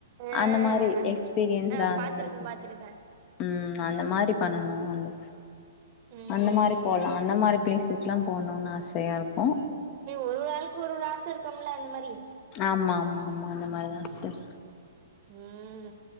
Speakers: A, on the right (about 40°); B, on the left (about 30°).
A: ஆ
B: அந்த மாரி எக்ஸ்பீரியன்ஸ்டா
A: ஆ
B: அந்த
A: பாத்திருக்கே
B: மாரி
A: பாத்திருக்கே
B: ம் அந்த மாரி பண்ணணு அந்த
A: ம்
B: அந்த மாரி போலா அந்த மாரி பிளேஸுக்லா போணுன் ஆசையா இருக்கு
A: ஒரு ஆளுக்கு ஒரு ஒரு ஆச இருக்கும்ல அந்த மாரி
B: ஆமா ஆமா ஆமா அந்த மாரி தா சிஸ்டர்
A: ம்